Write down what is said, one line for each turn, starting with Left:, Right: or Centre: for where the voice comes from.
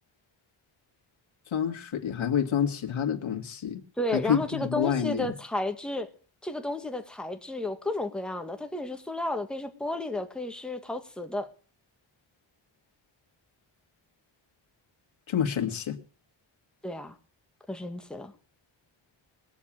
Left: 装水还会装其他的东西，
Centre: 对，
Left: 还可以带到外面，
Centre: 然后这个东西的材质，这个东西的材质有各种各样的，它可以是塑料的，可以是玻璃的，可以是陶瓷的，
Left: 这么神奇？
Centre: 对啊，可神奇了。